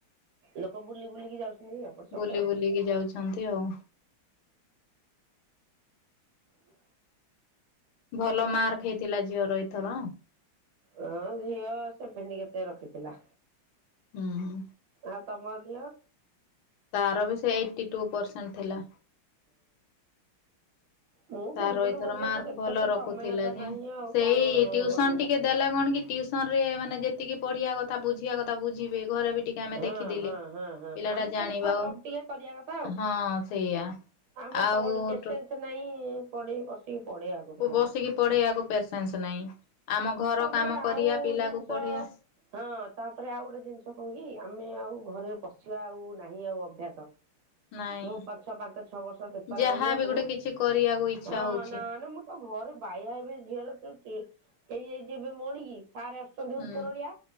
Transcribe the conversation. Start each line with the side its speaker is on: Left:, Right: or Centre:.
Right: ଲୋକ ବୁଲି ବୁଲିକି ଯାଉଛନ୍ତି ଆଉ ଅପଟ ସେପଟେ
Left: ବୁଲି
Right: ଆଉ।
Left: ବୁଲିକି ଯାଉଛନ୍ତି ଆଉ
Right: ହ
Left: ଭଲ ମାର୍କ ହେଇଥିଲା ଝିଅର ଏଇଥର।
Right: ହଁ ଝିଅ ସେଭେଣ୍ଟି କେତେ ରଖିଥିଲା।
Left: ଉଁ ହୁଁ।
Right: ଆଉ ତମ ଝିଅ।
Left: ତାର ବି ସେ ଏଇଟି ଟୁ ପରସେଣ୍ଟ ଥିଲା।
Right: ମୁଁ ବିଲକୁଲ
Left: ତାର ଏଥର
Right: ମୋ ଝିଅକୁ
Left: ମାର୍କ
Right: ଦେଖିବାକୁ
Left: ଭଲ ରଖୁଥିଲା
Right: ସମୟ ତ
Left: ଯେ
Right: ନାହିଁ ଆଉ
Left: ସେଇ
Right: କଣ
Left: ଟିଉସନ
Right: କରିବା।
Left: ଟିକେ ଦେଲା କଣ କି ଟିଉସ ରେ ମାନେ ଯେତିକି ପଢିବା କଥା ବୁଝିବା କଥା ବୁଝିବେ। ଘରେ ବି ଟିକେ ଆମେ
Right: ହଁ
Left: ଦେଖିଦେଲେ
Right: ହଁ ହଁ ହଁ
Left: ପିଲା
Right: ଆମେ
Left: ଟା ଜାଣିବା
Right: ଖାଲି ଫାଲପ ଟିକେ କରିବା କଥା ଆଉ
Left: ହଁ ସେଇଆ।
Right: ଆମେ
Left: ଆଉ
Right: ପଢ଼ ପେସେନ୍ସ
Left: ଟୋ
Right: ନାହିଁ। <unintelligible> ଟିକେ ପଢେଇ ଆକୁ ପିଲାଙ୍କୁ
Left: ବସିକି ପଢେଇବାକୁ ପେସେନ୍ସ ନାହିଁ। ଆମ ଘର
Right: ତାପରେ
Left: କାମ
Right: ଆଉ
Left: କରିବା ପିଲାକୁ
Right: ଜିନିଷ
Left: ପଢେଇବା
Right: ହଁ ତାପରେ ଆଉ ଗୋଟେ ଜିନିଷ କହୁ ଆମେ ଆଉ ଘରେ ପସିବା ଆଉ ନାହିଁ ଆଉ ଅଭ୍ୟାସ।
Left: ନାଇଁ
Right: ମୁଁ ପାଛୁଆ ପାଞ୍ଚ ଛଅ ବର୍ଷ ବେପାର
Left: ଯାହା
Right: କରିବାକୁ
Left: ବି ଗୋଟେ କିଛି କରିବାକୁ ଇଚ୍ଛା
Right: ହଁ
Left: ହଉଛି
Right: ନା ନା ମୁଁ ତ ଘରେ ବାଇଆ ହେବି ଝିଅଲୋ ତୁ ଟି ଏଇ ଏଇ ଯିବେ ମଉଣିିକି ସାର୍ ଆସୁଛନ୍ତି
Left: ହୁଁ
Right: ଉପରଓଳିଆ